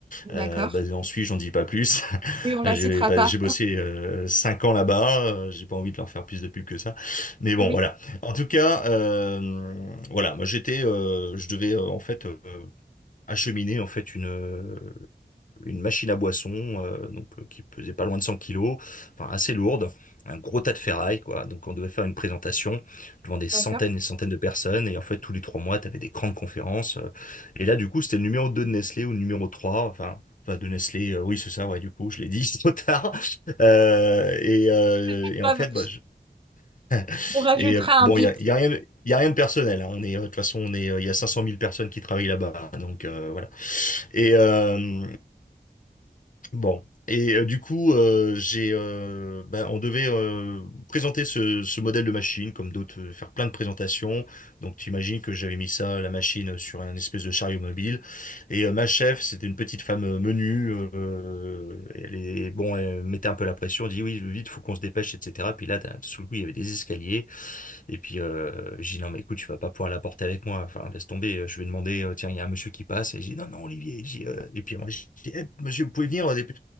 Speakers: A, on the left (about 50°); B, on the right (about 30°).
A: Euh,
B: D'accord.
A: basé en Suisse, j'en dis pas plus. <laughs>
B: Oui, on la
A: J'ai
B: citera
A: pas-
B: pas.
A: j'ai bossé euh, cinq ans là-bas. euh, J'ai pas envie de leur faire plus de pub que ça. Mais bon,
B: Oui,
A: voilà. En tout cas, euh, voilà. Moi, j'étais, euh, je devais euh, en fait euh, acheminer en fait une une machine à boisson, euh, donc euh, qui pesait pas loin de 100 kilos, enfin assez lourde, un gros tas de ferraille, quoi. Donc on devait faire une présentation devant des centaines
B: d'accord.
A: et des centaines de personnes, et en fait tous les trois mois, tu avais des grandes conférences. euh. et là, du coup, c'était le numéro 2 de Nestlé ou le numéro 3 enfin. Enfin, de Nestlé, euh, oui, c'est ça, ouais, du coup, je l'ai dit <laughs> trop tard. Euh, et, euh,
B: C'est
A: et
B: pas
A: en fait,
B: grave.
A: bah, je- <laughs>
B: On rajoutera
A: et euh, bon,
B: un bip.
A: il y a, il y a rien, de- il y a rien de personnel. hein. On est, euh, de toute façon, on est, euh, il y a cinq cent mille personnes qui travaillent là-bas, donc euh, voilà. Et, euh, Bon. Et euh, du coup, euh, j'ai, euh, ben, on devait euh, présenter ce, ce modèle de machine, comme d'autres, euh, faire plein de présentations. Donc, tu imagines que j'avais mis ça, la machine, sur un espèce de chariot mobile. Et euh, ma chef, c'était une petite femme euh, menue. euh, elle est, bon, elle mettait un peu la pression. Elle dit, oui, vite, faut qu'on se dépêche, etc. Puis là, t'as- sous le coup, il y avait des escaliers. Et puis, heu, je dis: «Non, mais écoute, tu vas pas pouvoir l'apporter avec moi, enfin laisse tomber, euh, je vais demander, heu, tiens, il y a un monsieur qui passe» et je dis: «Non, non, Olivier», je dis, heu et puis moi, je dis: «Eh monsieur, vous pouvez venir, heu, dépe